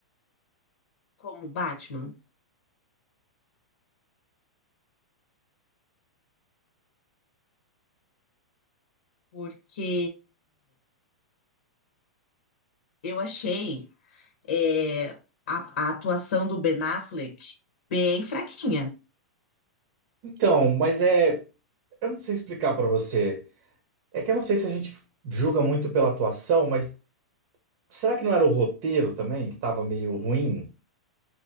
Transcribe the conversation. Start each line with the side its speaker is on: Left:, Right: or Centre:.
Left: Como Batman, porque Eu achei é, a, a atuação do Ben Affleck bem fraquinha.
Right: Então, mas é. Eu não sei explicar pra você. É que eu não sei se a gente julga muito pela atuação, mas. Será que não era o roteiro também que estava meio ruim?